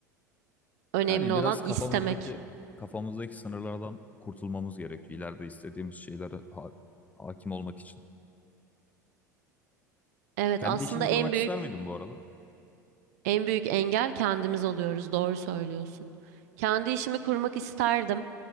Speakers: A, on the right (about 55°); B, on the left (about 15°).
A: Önemli
B: Yani
A: olan
B: biraz kafamızdaki
A: istemek.
B: kafamızdaki sınırlardan kurtulmamız gerekiyor. İleride istediğimiz şeylere ha- hakim olmak için.
A: Evet,
B: Kendi
A: aslında
B: işini kurmak
A: en büyük
B: ister miydin bu arada?
A: En büyük engel kendimiz oluyoruz. Doğru söylüyorsun. Kendi işimi kurmak isterdim.